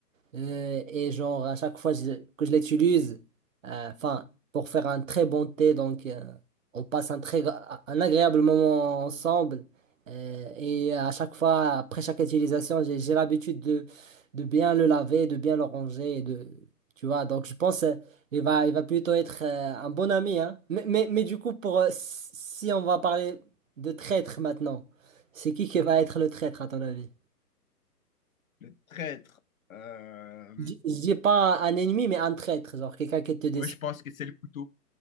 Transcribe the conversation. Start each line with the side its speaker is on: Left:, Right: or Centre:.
Right: Euh, et genre, à chaque fois je- que je l'utilise, euh, enfin, pour faire un très bon thé, donc euh, on passe un très gra- un agréable moment ensemble. Euh, et à chaque fois, après chaque utilisation, j'ai j'ai l'habitude de, de bien le laver, de bien le ranger, et de, tu vois. Donc je pense euh, il va, il va plutôt être euh, un bon ami, hein. Mais, mais, mais du coup, pour, euh, si on va parler de traître maintenant, c'est qui qui va être le traître à ton avis?
Left: Le traître. euh,
Right: Je je dis pas un ennemi, mais un traître, genre quelqu'un qui te descend
Left: Moi, je pense que c'est le couteau